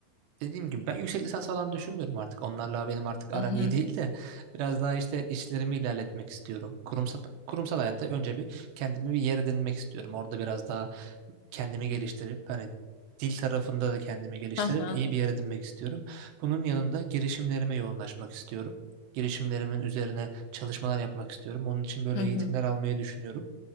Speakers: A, on the right; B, on the left.
A: dediğim gibi ben yüksek lisans falan düşünmüyorum artık. Onlarla benim artık
B: Hı
A: aram
B: hı.
A: iyi değil de biraz daha işte işlerimi ilerletmek istiyorum. Kurumsal kurumsal hayatta önce bir kendimi bir yer edinmek istiyorum. Orada biraz daha kendimi geliştirip hani dil tarafında da kendimi geliştirip
B: Hı hı.
A: iyi bir yer edinmek istiyorum. Bunun yanında girişimlerime yoğunlaşmak istiyorum. Girişimlerimin üzerine çalışmalar yapmak istiyorum. Onun için böyle
B: Hı hı.
A: eğitimler almayı düşünüyorum.